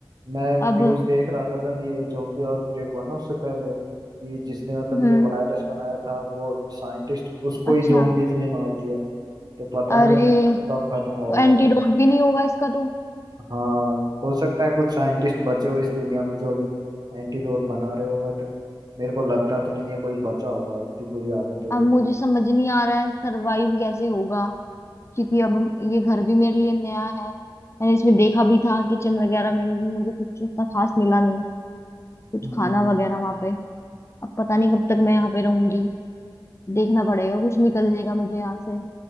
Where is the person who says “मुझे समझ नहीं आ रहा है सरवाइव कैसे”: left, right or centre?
Left